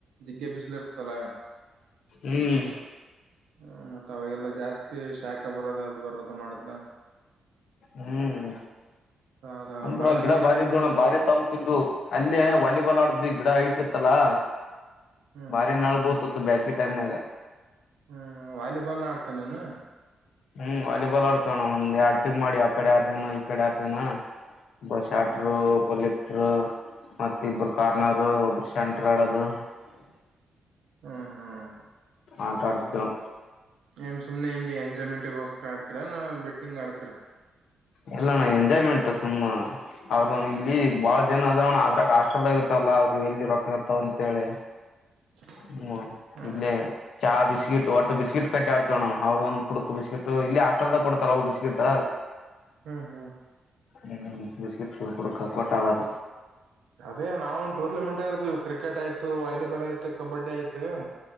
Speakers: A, on the right (about 80°); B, on the left (about 75°).
A: ಜಿಗ್ಗೆ ಬಿಸಿಲು ಇರ್ತಲ್ಲ.
B: ಹ್ಮ್.
A: ಹ ಮತ್ತತ್ ಅವಾಗೆಲ್ಲ ಜಾಸ್ತಿ ಶಾಖ ಬರದ ಅದು ಬರದ ಮಾಡ್ದ.
B: ಹ್ಮ್.
A: ಅದ
B: ಅಂದ್ರ
A: ಬಾದಾಮಿ
B: ಗಿಡ ಬಾರಿ
A: ಬಿದ್ದಲ್ಲ
B: ಇದಣ್ಣ
A: ಅದೆಲ್ಲ
B: ಭಾರಿ
A: ಹ್ಮ್
B: ತಂಪಿದ್ದು ಅಲ್ಲೇ ವಾಲಿಬಾಲ್ ಆಡ್ದ್ವಿ ಗಿಡ ಅಯ್ತಿ. ಅಲ್ಲಾ ಬಾರಿ
A: ಹ್ಮ್
B: ನೆಲ್ ಬಿಲ್ತೇತಿ ಬ್ಯಾಸ್ಗೀ ಟೈಮ್ನಾಗ.
A: ಹ್ಮ್ ವಾಲಿಬಾಲ್ ಆಡ್ತೀನಿನು.
B: ಹ್ಮ್ ವಾಲಿಬಾಲ್ ಆಡ್ತೇವಿ ಒಂದ್ ಎರಡ್ ಟಿಮ್ ಮಾಡಿವ್ ಆಕಡೆ ಆರ್ ಜನ ಈ ಕಡೆ ಆರ್ ಜನ. ಒಬ್ಬ
A: ಹ್ಮ್
B: ಶ್ಯಾಟ್ರು ಒಬ್ಬ ಲಿಫ್ಟರು ಮತ್ತ ಇಬರು ಕಾರ್ನರ್ರು
A: ಹ್ಮ್
B: ಒಬ್ಬರು ಶ. <unintelligible>
A: ಹ್ಮ್ ಹ್ಮ್
B: ಆಟ ಆಡ್ತೇವು
A: ಏನ್ ಸುಮ್ನೆ ಹಿಂಗೆ ಎಂಜಾಯ್ಮೆಂಟ್ಗೋಸ್. ಆಡ್ತೀರ್ ಎನ ಬೆಟ್ಟಿಂಗ್ ಆಡ್ತರ.
B: ಇಲ್ಲನ್ನ ಎಂಜಾಯ್ಮೆಂಟ್ ಸುಮ್ಮ. ಅವ್ರ ಇಲ್ಲಿ ಬಾಳ ಜನ ಅದವನ್ನ ಅದ್ರಾಗ ಆಶ್ರಮದಾಗ ಇರ್ತಾರಲ್ಲಾ ಅವ್ರ ಎಲ್ಲಿ ರೊಕ್ಕ ಇರ್ತವಂತೇಳಿ.
A: <inaudible>
B: ಹ್ಮ
A: ಹ್ಮ್
B: ಇಲ್ಲೆ ಚಾ ಬಿಸ್ಕಿಟ್ ಒಟ್ಟು ಬಿಸ್ಕಿಟ್ ಕಟ್ಟಿ ಅಡ್ತೆವ್ ನಾವ ಅವರು ಒಂದು ಪುಡಕ್ ಬಿಸ್ಕಿಟ್ ಇಲ್ಲ. ಚೆಂದಗಿ ಕೊಡ್ತಾರವು ಬಿಸ್ಕೆಟ್.
A: ಹ್ಮ್ ಹ್ಮ್.
B: ಹ್ಮ ಬಿಸ್ಕಿಟ್ ಪುಡುಕ ಕೊಟ್ಟ ಆಡೋಣ.
A: ಅದೇ ನಾವು ಒಂದ ಟೂರ್ನಮೆಂಟ್ ಆಡತವಿ ಕ್ರಿಕೆಟ್ ಆಯ್ತು ವಾಲಿಬಾಲ್ ಆಯ್ತು ಕಬಡ್ಡಿ ಆಯ್ತು.